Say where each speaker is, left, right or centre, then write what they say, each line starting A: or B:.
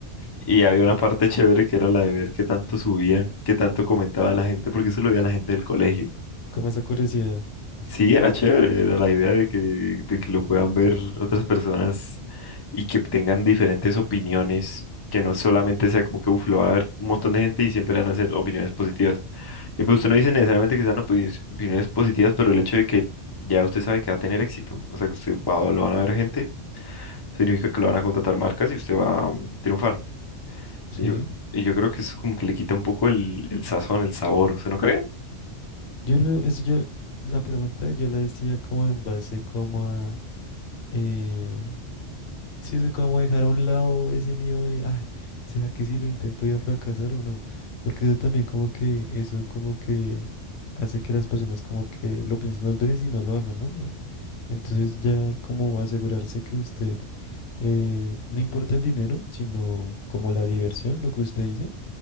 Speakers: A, on the left; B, on the left.
A: Y había una parte chévere que era la de ver qué tanto subían, qué tanto comentaba la gente, porque eso lo veía la gente del colegio.
B: Como esa curiosidad.
A: Sí, era chévere, era la idea de que, de que lo puedan ver otras personas y que tengan diferentes opiniones, que no solamente sea como que, uf, lo va a ver un montón de gente y siempre van a ser opiniones positivas. Y pues usted no dice necesariamente que sean opini- opiniones positivas, pero el hecho de que ya usted sabe que va a tener éxito, o sea que usted va, lo van a ver gente significa que lo van a contratar marcas y usted va a triunfar.
B: Sí.
A: Y yo, y yo creo que eso como que le quita un poco el, el sazón, el sabor, ¿usted no cree?
B: Yo lo, es, yo, la pregunta yo la decía como en base como a eh, Sí, eso como dejar a un lado ese miedo de, ay, ¿será que si lo intento voy a fracasar o no? Porque eso también como que, eso como que hace que las personas como que lo piensen dos veces y no lo hagan, ¿no? Entonces ya como asegurarse que usted, eh, no importa el dinero, sino como la diversión, lo que usted dice,